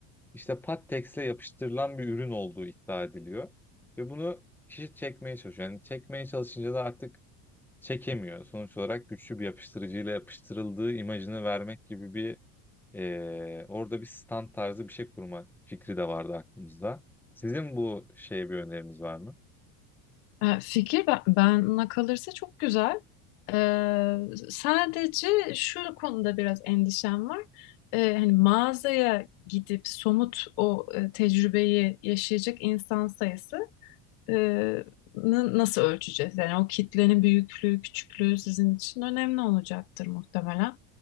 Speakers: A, in the centre; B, on the left.
A: İşte pattex'le yapıştırılan bir ürün olduğu iddia ediliyor. Ve bunu kişi çekmeye çalışıyor. Yani çekmeye çalışınca da artık çekemiyor. Sonuç olarak güçlü bir yapıştırıcıyla yapıştırıldığı imajını vermek gibi bir eee, orada bir stand tarzı bir şey kurma fikri de vardı aklımızda. Sizin bu şeye bir öneriniz var mı?
B: E, Fikir ben- bana kalırsa çok güzel. E, sadece şu konuda biraz endişem var. E, hani mağazaya gidip somut o e, tecrübeyi yaşayacak insan sayısı e, nı- nasıl ölçeceğiz? Yani o kitlenin büyüklüğü, küçüklüğü sizin için önemli olacaktır muhtemelen.